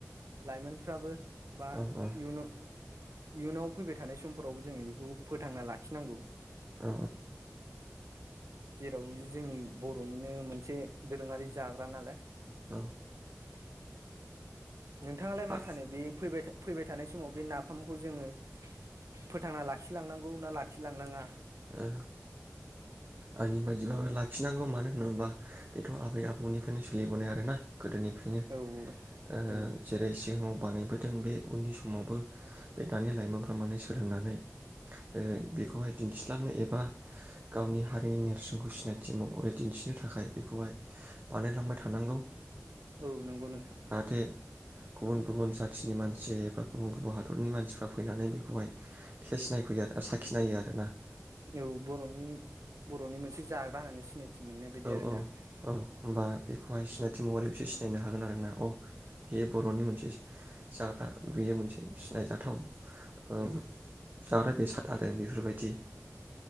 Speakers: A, on the right; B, on the right.
A: लाइमोनफ्राबो बा
B: औ औ
A: इयुन इयुनाव फैबाय थानाय समफोरावबो जोङो बेखौ फोथांना लाखिनांगौ
B: औ
A: जेराव जोंनि बर'निनो मोनसे दोरोङारि जा ग्रा नालाय
B: औ
A: नोंथाङालाय मा
B: आ
A: सानो बे फैबाय था फैबाय थानाय समाव बे नाफामखौ जोङो फोथांना लाखिलांनांगौ ना लाखिलांनाङा
B: ओ आंनि बायदिबाबो लाखिनांगौ मानो होनोबोब्ला बेथ' आबै आबौनिफ्रायनो सोलिबोनाय आरो ना गोदोनिफ्रायनो
A: औ
B: ओ
A: औ
B: जेरै सिगाङाव बानायबोदों बे उननि समावबो बे दानि लाइमोनफ्रा माने सोलोंनानै ओ बेखौहाय दिन्थिलांनो एबा गावनि हारिनि नेरसोनखौ सिनाय थि महरै दिन्थिनो थाखाय बेखौहाय बानायलांबाय थानांगौ
A: औ नंगौ नोंथां
B: जाहाथे गुबुन गुबुन जाथिनि मानसि एबा गुबुन गुबुन हादरनि मानसिफ्रा फैनानै बेखौहाय टेस्स नायफैयो आरो साखिनायो आरो ना।
A: औ बर'नि बर'नि मोनसे जाग्रा होननानै सिनायथि मोननाय बायदि
B: औ
A: आरो
B: औ
A: ना।
B: औ होमबा बेखौहाय सिनायथि महरै बिसोर सिनायनो हागोन आरो ना अ बियो बर'नि मोनसे जाग्रा बेयो मोनसे सिनायजाथाव ओं
A: औ
B: जाग्रा बेसाद आरो बेफोरबायदि